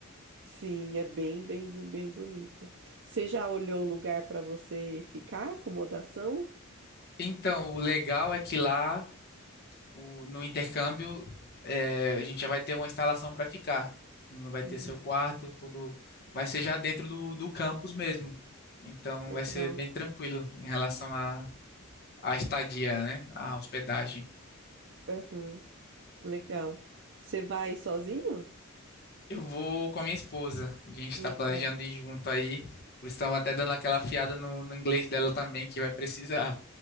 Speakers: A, on the right; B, on the left.
A: sim, é bem, bem, bem bem bonito. Você já olhou o lugar para você ficar, acomodação?
B: Então, o legal é que lá. o- no intercâmbio, é, a gente já vai ter uma instalação para ficar. Não vai
A: Uhum,
B: ter seu quarto, tudo vai ser já dentro do, do campus mesmo. Então
A: Legal.
B: vai ser bem tranquilo em relação à à estadia, né? À hospedagem.
A: Uhum, Legal. Você vai sozinho?
B: Eu vou com a minha esposa. A gente está
A: Legal.
B: planejando ir junto aí. Por isso estamos até dando aquela afiada no, no inglês dela também, que vai precisar.